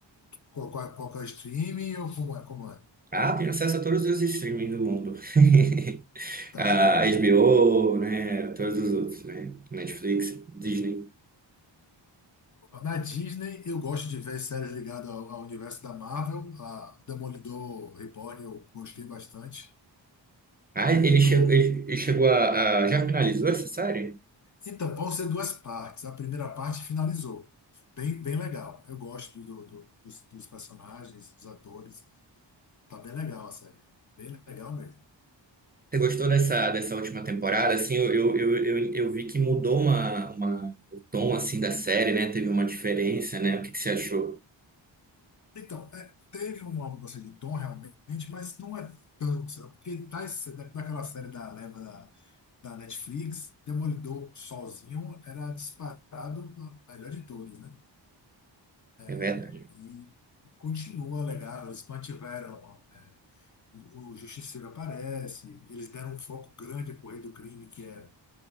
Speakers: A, on the left; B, on the right.
A: qual, qual, qual que é o streaming ou como é, como é?
B: Ah, tenho acesso a todos os streamings do mundo. <laughs>
A: Então,
B: a
A: pronto.
B: HBO, né? Todos os outros, né? Netflix, Disney.
A: Na Disney, eu gosto de ver séries ligadas ao, ao universo da Marvel. A Demolidor Reborn eu gostei bastante.
B: Ah,
A: E
B: ele chegou,
A: tô...
B: ele ele chegou a, a- Já finalizou essa série?
A: Então, vão ser duas partes. A primeira parte finalizou. Bem, bem legal. Eu gosto do, do- dos, dos personagens, dos atores. Tá bem legal a série. Bem legal mesmo.
B: Você gostou dessa, dessa última temporada? Assim, eu, eu, eu, eu, eu vi que mudou uma, uma, o tom, assim, da série, né? Teve uma diferença, né? O que que você achou?
A: Então, é, teve uma mudança de tom realmente, mas não é tão, sabe? porque tá, esse- da- daquela série da leva da, da Netflix, Demolidor sozinho era disparado a melhor de todos, né?
B: É verdade.
A: É, E, e continua legal, eles mantiveram, é, o o Justiceiro aparece, eles deram um foco grande pro Rei do Crime, que é